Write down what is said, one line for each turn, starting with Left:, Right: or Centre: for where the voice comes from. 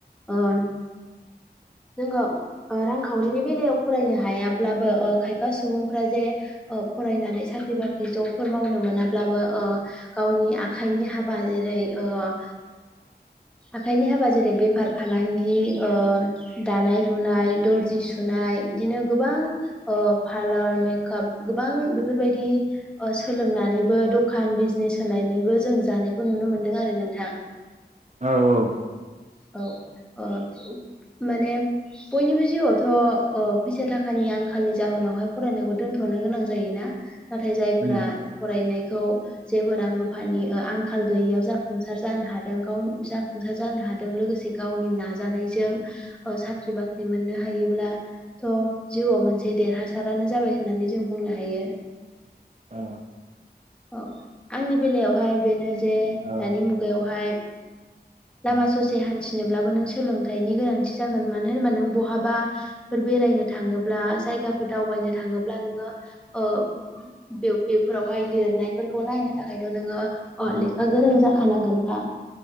Centre: ओ जोङो ओ रांखावरिनि बेलायाव फरायनो हायाब्लाबो ओ खायफा सुबुंफ्रा जे ओ फरायनानै सा- ख्रि बाख्रि जबफोर मावनो मोनाब्लाबो ओ गावनि आखाइनि हाबा जेरै- ओ
Right: <inaudible>
Centre: आखाइनि हाबा जेरै बेफार-फालांगि ओ दानाय लुनाय दर्जि सुनाय इदिनो गोबां ओ फालार मेकअप गोबां बेफोरबायदि ओ सोलोंनानैबो दखान बिजनेस होनानैबो जों जानायखौ नुनो मोनदों आरो नोंथां
Right: औ-औ
Centre: औ ओ माने बयनिबो जिउआवथ' ओ फैसा थाखानि आंखालनि जाहोनावहाय फरायनायखौ दोनथ'नो गोनां जायोना नाथाय जायफोरा
Right: औ उम
Centre: फरायनाय खौ जेबो रां रुफानि ओ आंखाल गैयैयाव जाफुंसार जानो हादों गावनो जाफुंसार जानो हा दों लोगोसे गावनि नाजानायजों ओ साख्रि बाख्रि मोननो हायोब्ला थ' जिउआव मोनसे देरहासारानो जाबाय होननानै जों बुंनो हायो
Right: औ
Centre: अ आंनि बेलायावहाय बेनो जे
Right: औ
Centre: दानि मुगायावहाय लामा
Right: उम
Centre: ससे हान्थिनोब्लाबो नों सोलोंथाइनि गोनांथि जागोन मानो होनोबा नों बहा बा फोर बेरायनो थाङोब्ला जायगाफोर दावबायनो थाङोब्ला नोङो ओ बेव बेफोरावहाय लिरनायफोरखौ नायनो थाखायथ' नोङो अ
Right: उम
Centre: लेखा गोरों जाखानांगोनखा